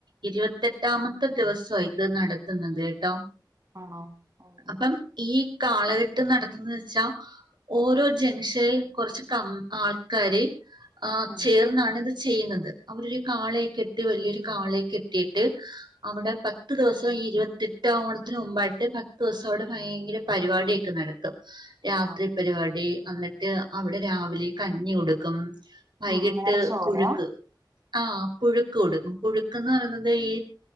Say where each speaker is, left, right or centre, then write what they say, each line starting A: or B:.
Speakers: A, on the right; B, on the right.
A: ഇരുപത്തെട്ടാമത്തെ ദിവസം ഇത് നട നടത്തുന്നത് കേട്ടോ
B: ആണോ ഓ ഓ
A: അപ്പം ഈ കാളകെട്ട് നടത്തുന്ന വെച്ചാ ഓരോ ജംഗ്ഷനിൽ കുറച്ച് കം ആൾക്കാര്. ആ
B: ഉം
A: ചേർന്നാണിത്. ചെയ്യുന്നത് അവരു കാളെയെ കെട്ടി വലിയൊരു കാളേ കെട്ടിട്ട് അവിടെ പത്ത് ദിവസം. ഈ ഇരുപത്തെട്ടാം ഓണത്തിന് മുമ്പായിട്ട് പത്ത് ദിവസവിടെ ഭയങ്കര. പരിപാടിയൊക്കെ നടത്തും രാത്രി
B: ആണോ
A: പരിപാടി. എന്നിട്ട് അവിടെ രാവിലെ കഞ്ഞി കൊടുക്കും വൈകിട്ട്
B: ഉം ഉം നേർച്ച പോലെയാ
A: പുഴുക്ക്. ആഹ് പുഴുക്ക് കൊടുക്കും പുഴുക്ക്ന്ന് പറയുന്നത് ഈ